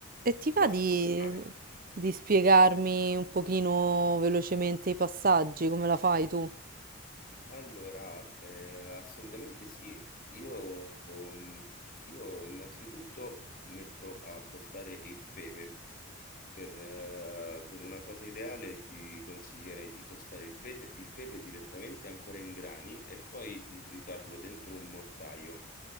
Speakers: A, on the right; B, on the left.
A: E ti
B: Tu
A: va
B: la
A: di,
B: sai cucinare?
A: di spiegarmi un pochino velocemente i passaggi, come la fai tu?
B: Allora, eh, assolutamente sì. Io, um, io innanzitutto metto a tostare il pepe Per, eh, per una cosa ideale ti consiglierei di tostare il, pe- il pepe direttamente ancora in grani e poi di tritarlo dentro un mortaio.